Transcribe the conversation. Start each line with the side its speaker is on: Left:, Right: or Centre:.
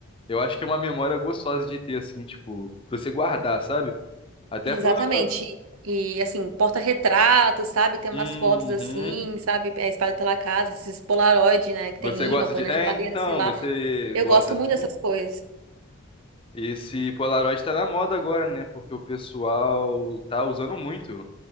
Left: Eu acho que é uma memória gostosa de ter, assim, tipo, pra você guardar, sabe? Até
Right: Exatamente.
Left: por.
Right: E assim, porta-retratos, sabe? Tem umas
Left: Uhum.
Right: fotos assim, sabe? É, espalhado pela casa, esses Polaroid, né? Que
Left: Você
Right: tem
Left: gosta
Right: imã, põe
Left: de.
Right: na
Left: É,
Right: geladeira,
Left: então,
Right: sei lá.
Left: você
Right: Eu
Left: gosta
Right: gosto
Left: assim?
Right: muito dessas coisas.
Left: Esse Polaroid tá na moda agora, né? Porque o pessoal tá usando muito.